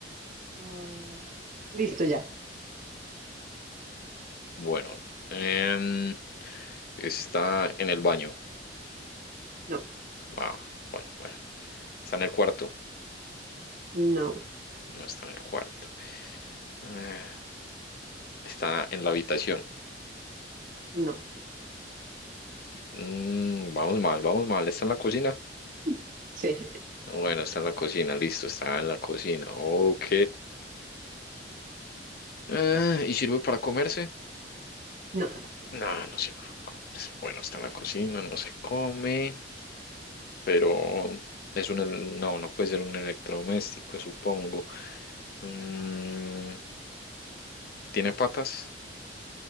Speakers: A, on the right; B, on the left.
A: Ah, Listo, ya.
B: Bueno, em, está en el baño.
A: No,
B: Ah, bueno, bueno. Está en el cuarto.
A: no,
B: No está en el cuarto. Eh, Está en la habitación.
A: no.
B: Mm, vamos mal, vamos mal. ¿Está en la cocina?
A: <laughs> Sí,
B: Bueno, está en la cocina, listo, está en la cocina. Ok. Eh, ¿y sirve para comerse?
A: no.
B: No, no sirve para comerse. Bueno, está en la cocina, no se come. pero es un, el- no, no puede ser un electrodoméstico, supongo. Mm, ¿tiene patas?